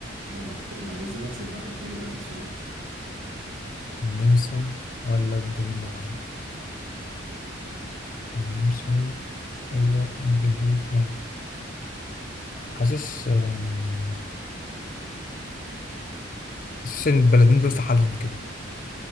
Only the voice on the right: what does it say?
ده انا قلت ما انا لازم اكسب بقى انا قلت لك ده اخر سؤال